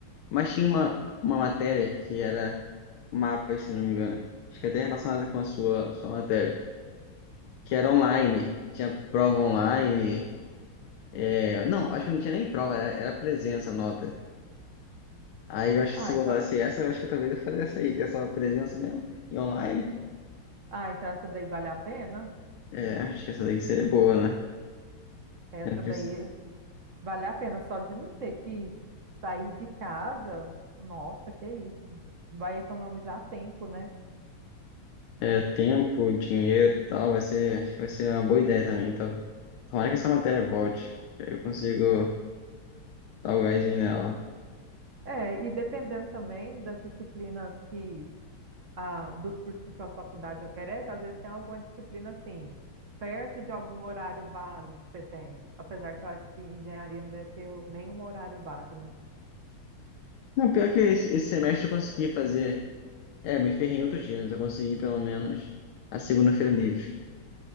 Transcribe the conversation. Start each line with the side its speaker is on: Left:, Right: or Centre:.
Left: Mas tinha uma, uma matéria que era mapas, se não me engano. Acho que até relacionada com a sua, sua matéria, que era online, tinha prova online. é, Não, acho que não tinha nem prova, era, era presença, a nota. Aí eu acho que
Right: Ah,
Left: se botasse
Right: então,
Left: essa, eu acho que talvez eu fizesse essa aí, que é só presença mesmo, e online.
Right: ah, então essa daí vale a pena?
Left: É, acho que essa daí seria boa, né?
Right: Essa
Left: Sempre
Right: daí
Left: se-
Right: vale a pena só de não ter que sair de casa. Nossa, que isso. Vai economizar tempo, né?
Left: é, tempo, dinheiro e tal, vai ser, acho que vai ser uma boa ideia também, tá? Tomara que essa matéria volte, que aí eu consigo dar o gásinho nela.
Right: É, e dependendo também das disciplinas que ah, dos cursos que sua faculdade oferece, às vezes tem alguma disciplina assim, perto de algum horário vago que você tenha. Apesar que eu acho que engenharia não deve ter nenhum horário vago, né?
Left: Não, pior que esse, esse semestre eu consegui fazer, é, me ferrei em outros dias, mas eu consegui pelo menos a segunda-feira livre.